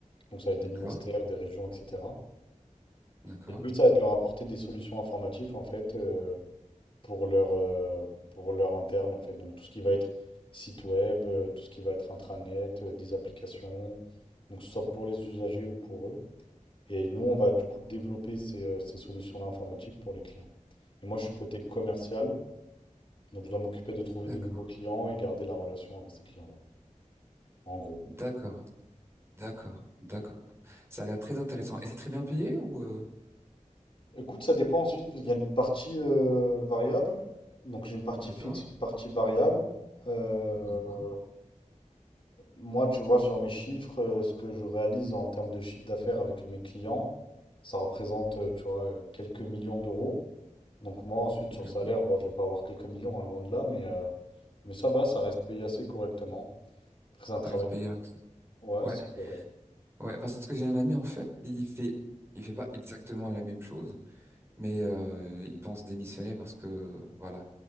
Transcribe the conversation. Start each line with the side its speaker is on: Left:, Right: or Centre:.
Left: Donc, ça va être
Right: d'accord,
Left: des ministères, des régions, etc.
Right: d'accord,
Left: Et le but, ça va être de leur apporter des solutions informatiques, en fait, euh, pour leur, euh, pour leur interne, en fait. Donc, tout ce qui va être site web, euh, tout ce qui va être intranet, euh, des applications, donc, que ce soit pour les usagers ou pour eux. Et nous, on va du coup développer ces, euh, ces solutions-là informatiques pour les clients. Et moi, je suis côté commercial, donc je dois m'occuper de trouver
Right: d'accord,
Left: des nouveaux clients et garder la relation avec ces clients-là, en gros.
Right: d'accord, d'accord, d'accord. Ça a l'air très intéressant. Et c'est très bien payé ou euh,
Left: Écoute, ça dépend ensuite, parce qu'il y a une partie euh, variable. Donc j'ai une partie
Right: D'accord,
Left: fixe, une partie variable. Euh,
Right: d'accord,
Left: Moi, tu vois, sur mes chiffres, euh, ce que je réalise en termes de chiffre d'affaires avec mes clients, ça représente, euh, tu vois, euh, quelques millions d'euros. Donc moi, ensuite,
Right: d'accord.
Left: sur le salaire, bon, je vais pas avoir quelques millions, hein, loin de là, mais, euh, mais ça va, ça reste payé assez correctement. Après, c'est un travail.
Right: Ça reste payé. avec-
Left: Ouais,
Right: Ouais,
Left: c'est correct.
Right: ouais, parce que j'ai un ami en fait, il fait, il fait pas exactement la même chose. mais euh, ils pensent démissionner parce que voilà,